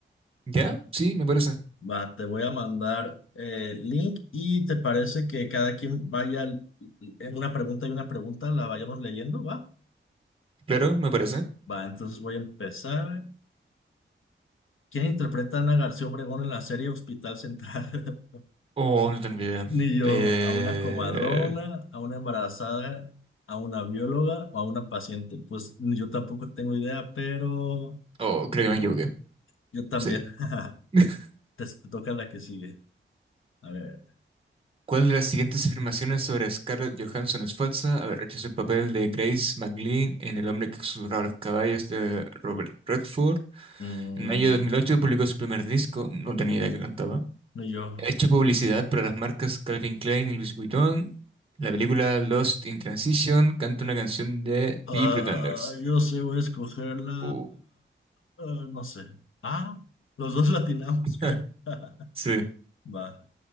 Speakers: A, on the right; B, on the left.
A: ¿Ya? Sí, me parece.
B: Va, te voy a mandar eh, el link y te parece que cada quien vaya l- en una pregunta y una pregunta, la vayamos leyendo, ¿va?
A: Claro, me parece.
B: Va, entonces voy a empezar. ¿Quién interpreta a Ana García Obregón en la serie Hospital Central?
A: Oh, no tengo
B: <laughs>
A: idea.
B: Ni yo,
A: Eh...
B: a una comadrona, a una embarazada, a una bióloga o a una paciente. Pues ni yo tampoco tengo idea, pero
A: Oh, creo que me
B: bueno,
A: equivoqué.
B: yo también.
A: Sí.
B: <laughs>
A: <laughs>
B: Te toca la que sigue. A ver.
A: ¿Cuál de las siguientes afirmaciones sobre Scarlett Johansson es falsa? Haber hecho el papel de Grace McLean en El hombre que susurraba a los caballos de Robert Redford.
B: Mm,
A: En mayo de dos mil ocho publicó su primer disco, no tenía idea que cantaba.
B: no yo.
A: Ha hecho publicidad para las marcas Calvin Klein y Louis Vuitton. La película Lost in Transition canta una canción de
B: Ah,
A: The Pretenders.
B: yo sé, voy a escoger la...
A: Uh,
B: ah, no sé. Ah, los dos latinamos,
A: <laughs>
B: creo. <laughs>
A: sí.
B: Va,